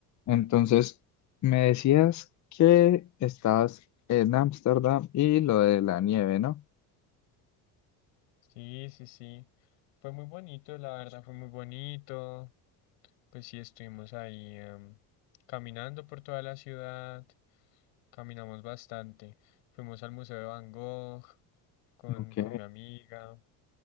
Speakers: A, on the left; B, on the left.
A: Entonces, me decías que estabas en Ámsterdam y lo de la nieve, ¿no?
B: Sí, sí, sí. Fue muy bonito, la verdad, fue muy bonito. Pues sí, estuvimos ahí em, caminando por toda la ciudad, caminamos bastante. Fuimos al Museo de Van Gogh con,
A: Ok,
B: con mi amiga.